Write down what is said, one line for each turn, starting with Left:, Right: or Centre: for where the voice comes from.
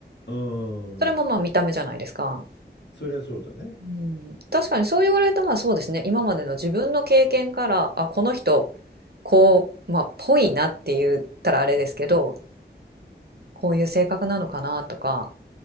Left: うん。
Right: それもまあ見た目じゃないですか。
Left: うん、そりゃそうだね。
Right: うん、確かにそう言われるとまあそうですね今までの自分の経験からあこの人こうまあぽいなって言ったらあれですけどこういう性格なのかなとか